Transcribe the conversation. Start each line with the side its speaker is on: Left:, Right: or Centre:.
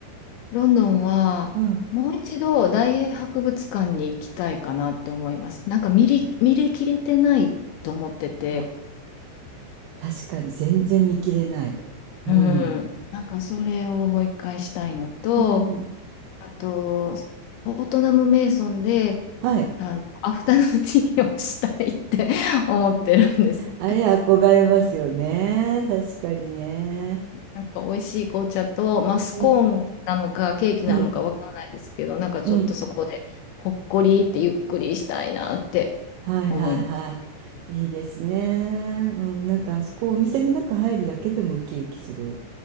Left: ロンドンは、
Right: うん。
Left: もう一度大英博物館に行きたいかなと思います。なんか見り、見れきれてないと思ってて、
Right: あ、確かに全然見切れない。うん。
Left: うん。なんかそれをもう一回したいのと、
Right: うん。
Left: あと、フォートナム・メイソンで、
Right: はい。
Left: あの、アフタヌーンティーをしたいって <laughs> 思ってるんです。
Right: あれ憧れますよね。確かにね。
Left: なんか美味しい紅茶と、まあ、スコーンなのかケーキなのかわからないですけど、
Right: うん。うん。
Left: なんかちょっとそこでほっこりってゆっくりしたいなって
Right: うん。はいはいは
Left: 思います。
Right: い。いいですね。うん、なんかあそこお店の中入るだけでもウキウキする。